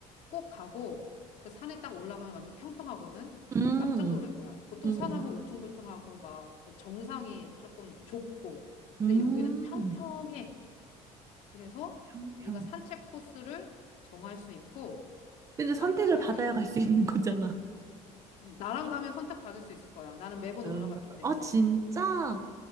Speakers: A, on the left; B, on the right.
A: 꼭 가고 그 산에 딱 올라가면 완전 평평하거든.
B: 음,
A: 깜짝 놀랄 거야. 보통
B: 음,
A: 산 하면 울퉁불퉁하고 막 그 정상이 조금 좁고
B: 음,
A: 근데 여기는 평평해. 그래서
B: 평평.
A: 네가 산책 코스를 정할 수 있고
B: 근데
A: 산책을
B: 선택을 받아야
A: 좀-
B: 갈 수 있는 거잖아.
A: 음, 나랑 가면 선택받을 수 있을 거야. 나는 매번
B: 음.
A: 올라갔기 때문에.
B: 어, 진짜?